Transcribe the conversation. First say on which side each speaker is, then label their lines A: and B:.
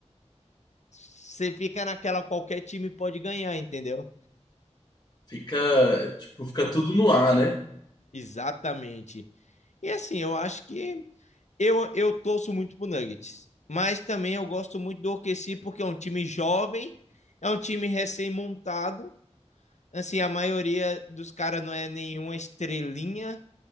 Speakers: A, on the left; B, on the left.
A: você fica naquela qualquer time pode ganhar, entendeu?
B: Fica, tipo, fica tudo no ar, né?
A: Exatamente. E assim, eu acho que eu, eu torço muito pro Nuggets, mas também eu gosto muito do OKC porque é um time jovem, é um time recém-montado, assim, a maioria dos caras não é nenhuma estrelinha,